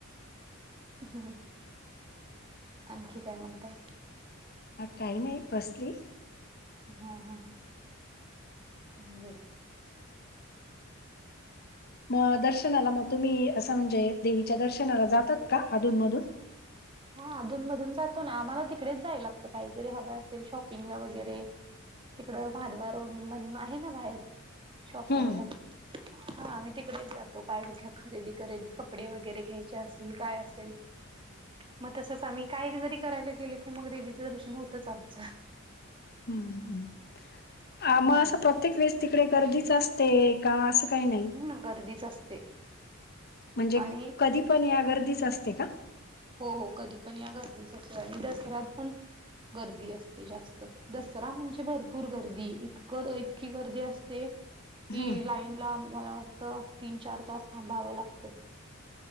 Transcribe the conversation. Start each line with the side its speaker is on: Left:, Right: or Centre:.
Right: हम् आणखी काय म्हणताय?
Left: मग काही नाही. बसली
Right: हा, हा हा बोला.
Left: मग दर्शनाला, मग तुम्ही, असं म्हणजे देवीच्या दर्शनाला जातात का? अधून मधून
Right: हा, अधून मधून जातो ना,, आम्हाला तिकडेच जायला लागतं. काहीतरी हवं असेल, शॉपिंगला वगैरे तिकडं भादबा रोड म्हणून आहे ना बाहेर शॉपिंगला
Left: हम्म
Right: हा, आम्ही तिकडेच जातो, काय घ्या खरेदी कपडे, वगैरे घ्यायचे असेल, काय असेल मग तसंच आम्ही, काय जरी करायला गेलो की, मग देवीचं दर्शन होतच आमचं
Left: हम्म हम आ मग
Right: हम्म
Left: असं प्रत्येक वेळेस तिकडे गर्दीच असते का? असं काही नाही
Right: हं गर्दीच असते
Left: म्हणजे
Right: आणि
Left: कधी पण या, गर्दीच असते का?
Right: हो, हो, कधी पण या, गर्दीच असते. आणि दसऱ्यात पण गर्दी असते जास्त, दसरा म्हणजे भरपूर गर्दी, इतकंऽ की गर्दी असते. कि
Left: हम्म
Right: लाईन ला मला वाटतं, तीन चार तास थांबावं लागतं.